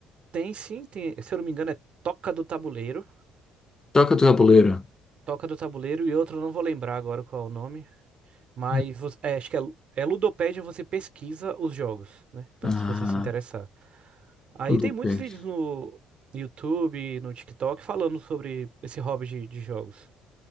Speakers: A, on the right (about 55°); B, on the left (about 25°).
A: Tem sim, tem, se eu não me engano, é Toca do Tabuleiro.
B: Toca do tabuleiro.
A: Toca do Tabuleiro e outro eu não vou lembrar agora qual é o nome. Mas
B: Hum.
A: vo- é, acho que é, é Ludopédia, você pesquisa os jogos, né? Pra,
B: Ah,
A: se você se interessar. Aí
B: tudo
A: tem muitos
B: bem.
A: vídeos no YouTube, no TikTok, falando sobre esse hobby de, de jogos.